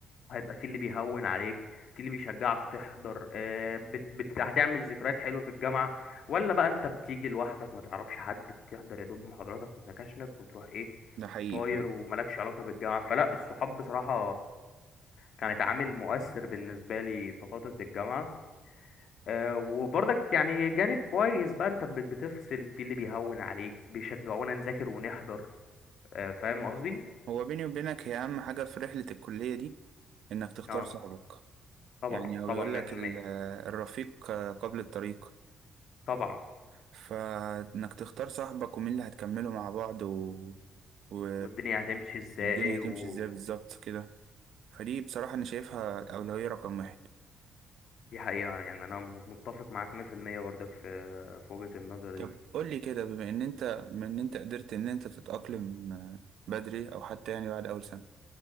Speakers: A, on the left; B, on the right.
A: هيبقى في اللي بيهون عليك في اللي بيشجعك تحضر آه، بت... بت... هتعمل ذكريات حلوة في الجامعة ولا بقى انت بتيجي لوحدك ما تعرفش حد بتحضر يا دوب محاضراتك وسكاشنك وتروح ايه
B: ده حقيقي
A: طاير
B: فعلا
A: وملكش علاقة بالجامعة فلا الصحاب بصراحة كانت عامل مؤثر بالنسبة لي في فترة الجامعة أه وبرضك يعني جانب كويس بقى انت بت- بتفصل في اللي بيهون عليك بيشجعونا نذاكر ونحضر أه فاهم قصدي؟
B: هو بيني وبينك هي أهم حاجة في رحلة الكلية دي إنك تختار
A: اه
B: صاحبك
A: طبعا
B: يعني هو
A: طبعا
B: بيقول
A: 100%
B: لك ال- الرفيق قبل الطريق
A: طبعا
B: فانك تختار صاحبك ومين اللي هتكملوا مع بعض و... و...
A: والدنيا هتمشي ازاي
B: الدنيا هتمشي
A: ودي
B: ازاي بالظبط كده فدي بصراحة انا شايفها الأولوية رقم واحد
A: حقيقة يعني انا م- متفق معاك 100% برضك في في وجهة النظر
B: طب
A: دي
B: قول لي كده بما ان انت من ان انت قدرت ان انت تتأقلم آه، بدري او حتى يعني بعد اول سنة